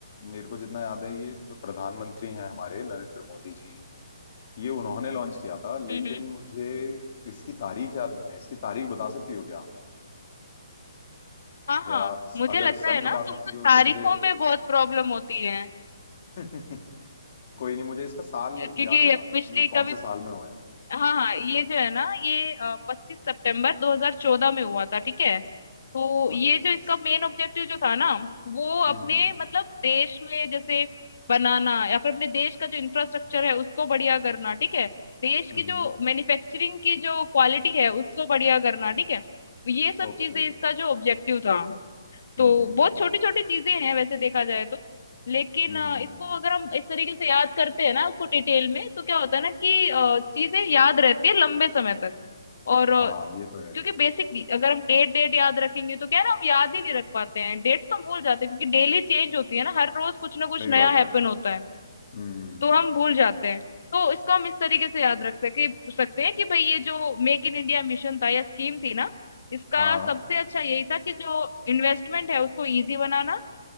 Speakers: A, on the left; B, on the left.
A: मेरे को जितना याद है ये जो प्रधानमंत्री हैं हमारे नरेंद्र मोदी जी ये उन्होंने लॉन्च किया था लेकिन
B: हम्म हम्म
A: मुझे इसकी तारीख याद नहीं है इसकी तारीख बता सकती हो क्या
B: हाँ
A: या
B: हाँ मुझे
A: अगर
B: लगता
A: सन
B: है ना
A: बता
B: तुमको
A: सकती
B: तारीखों
A: हो तो मुझे
B: में बहुत प्रॉब्लम होती है
A: <laughs> कोई नहीं मुझे इसका साल
B: क्योंकि
A: याद दिला दो
B: पिछली
A: कि ये कौन
B: कभी
A: से साल में हुआ है
B: हाँ हाँ ये जो है ना ये पच्चीस सितंबर 2014 में हुआ था ठीक है तो
A: ओ,
B: ये
A: अच्छा
B: जो इसका मेन ऑब्जेक्टिव जो था ना वो अपने
A: हम्म
B: मतलब देश में जैसे बनाना या फिर अपने देश का जो इंफ्रास्ट्रक्चर है उसको बढ़िया करना ठीक है देश
A: हम्म
B: की जो
A: हम्म,
B: मैन्युफैक्चरिंग की जो क्वालिटी है उसको बढ़िया करना ठीक है ये सब
A: ओके
B: चीजें इसका जो ऑब्जेक्टिव था
A: हम्म
B: तो
A: हम्म
B: बहुत
A: हम्म
B: छोटी छोटी चीजें हैं वैसे देखा जाए तो लेकिन
A: हम्म
B: अ,
A: हम्म,
B: इसको
A: हम्म।
B: अगर हम इस तरीके से याद करते हैं ना उसको डिटेल में तो क्या होता है ना कि अ, चीजें याद रहती है लंबे समय तक और अ,
A: हाँ ये तो है
B: क्योंकि बेसिक अगर हम डेट डेट याद रखेंगे तो क्या है ना हम याद ही नहीं रख पाते हैं डेट तो हम भूल जाते हैं क्योंकि डेली चेंज होती है ना हर रोज कुछ ना कुछ
A: सही
B: नया
A: बात
B: हैपन
A: है हाँ
B: होता है
A: हम्म हम्म
B: तो
A: हम्म,
B: हम भूल जाते हैं तो इसको हम इस तरीके से याद रख सके सकते हैं कि भाई ये जो मेक इन इंडिया मिशन था या स्कीम थी ना इसका
A: हाँ हाँ
B: सबसे अच्छा यही था कि जो इन्वेस्टमेंट है उसको इजी बनाना